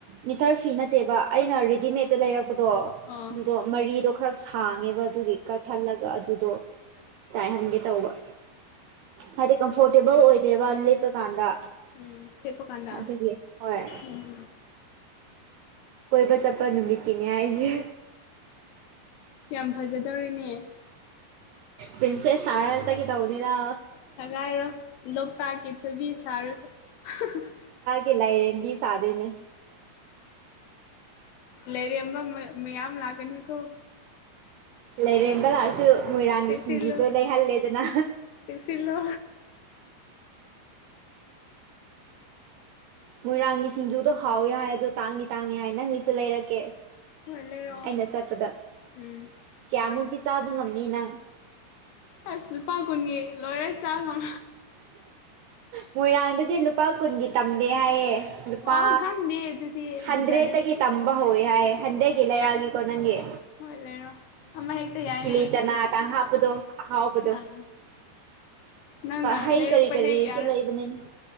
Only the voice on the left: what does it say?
ꯑꯣ
ꯎꯝ ꯁꯦꯄ ꯀꯥꯟꯗ
ꯎꯝ
ꯌꯥꯝ ꯐꯖꯗꯧꯔꯤꯅꯦ
ꯉꯥꯏꯔꯣ ꯂꯣꯛꯇꯥꯛꯀꯤ ꯊꯣꯏꯕꯤ ꯁꯥꯔꯨꯆ‌ꯣ
ꯂꯩꯔꯦꯝꯕ ꯃꯌꯥꯝ ꯂꯒꯅꯤ ꯍꯀ
ꯆꯦꯛꯁꯤꯜꯂꯨ
ꯆꯦꯛꯁꯤꯜꯂꯣ
ꯍꯣꯏ ꯂꯩꯔꯛꯑꯣ
ꯎꯝ
ꯑꯁ ꯂꯨꯄꯥ ꯀꯨꯟꯒꯤ ꯂꯣꯏꯔ‌ꯦ ꯆꯥꯎꯝ
ꯑꯣ ꯈꯪꯗꯦ ꯑꯗꯨꯗꯤ
ꯕꯖꯥꯔꯗꯗꯤ
ꯍꯣꯏ ꯂꯩꯔꯣ ꯑꯃ ꯍꯦꯛꯇ ꯌꯥꯏꯅꯦ
ꯑꯩꯒꯤꯗꯤ
ꯑꯥ ꯅꯪꯅ
ꯂꯩꯔꯛꯄ
ꯍꯦꯛ ꯌꯥꯔꯦ